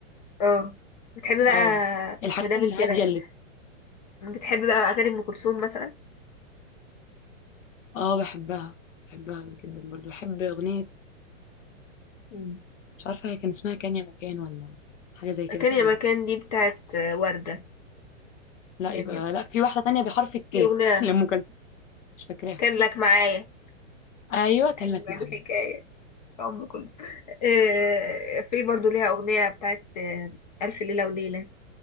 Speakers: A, on the left; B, on the left.
A: اه بتحبي بقى
B: اه الحاجات
A: مادام
B: الهادية
A: انت رايقة
B: اللي
A: بتحبي بقى أغاني أم كلثوم مثلا
B: اه بحبها بحبها جدا برضه بحب اغنية
A: مم.
B: مش عارفة هي كان اسمها كان يا مكان ولا حاجة زي كده
A: كان
B: تقريبا
A: يا مكان دي بتاعت آه، وردة
B: لا
A: كان
B: يبقى
A: يا مكان.
B: لا في واحدة تانية بحرف الكاف
A: في أغنية
B: <laughs> لأم كلثوم مش فاكراها
A: كان لك معايا
B: ايوه كان
A: أجمل
B: لك معايا
A: الحكاية في أم كله آه، في برضه ليها أغنية بتاعت آه، ألف ليلة وليلة